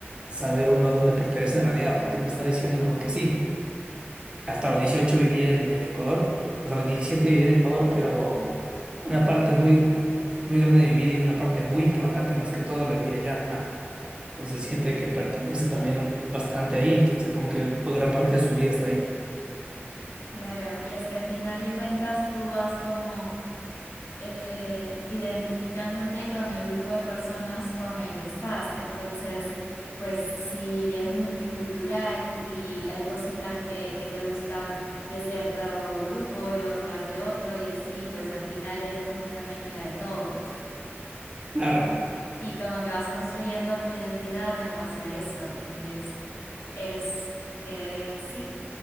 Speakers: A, on the right; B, on the left.
A: saber uno a dónde pertenece en realidad, porque él me está diciendo como que sí, hasta los 18 viví en, en Ecuador, hasta los 17 viví en Ecuador, pero una parte muy, muy grande de mi vida y una parte muy importante más que todo la viví allá. Entonces siente que pertenece también un- bastante ahí, o sea, como que gran parte de su vida está ahí.
B: Claro, y es que al final de cuentas tú vas como eh, identificándote con el grupo de personas con el que estás. Entonces, pues si es multicultural y hay cositas que, que te gustan de cierto grupo y otras de otro y así, pues al final eres como una mezcla de todo,
A: Claro,
B: ¿no? Y como que vas construyendo tu identidad en base a eso y que es, es, eh, sí.